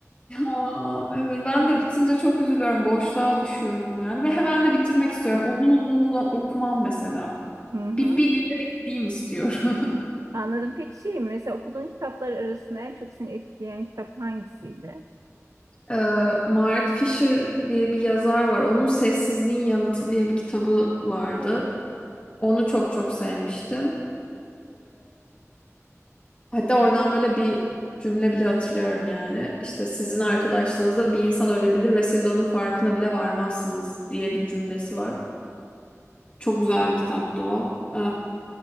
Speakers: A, on the left; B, on the right.
A: <laughs> Aa, evet ben de bitince çok üzülüyorum. Boşluğa düşüyorum yani. Ve hemen de bitirmek istiyorum. Uzun uzun uzun okumam mesela.
B: <laughs> Hı hı.
A: Bir, bir günde bitireyim istiyorum. <laughs>
B: Anladım. Peki şey mi? Mesela okuduğun kitaplar arasında en çok seni etkileyen kitap hangisiydi?
A: Ee, Mark Fisher diye bir yazar var. Onun Sessizliğin Yanıtı diye bir kitabı vardı. Onu çok çok sevmiştim. Hatta oradan böyle bir cümle bile hatırlıyorum yani. İşte sizin arkadaşlığınızda bir insan ölebilir ve siz onun farkına bile varmazsınız diye bir cümlesi var. Çok güzel bir kitaptı o. Ee,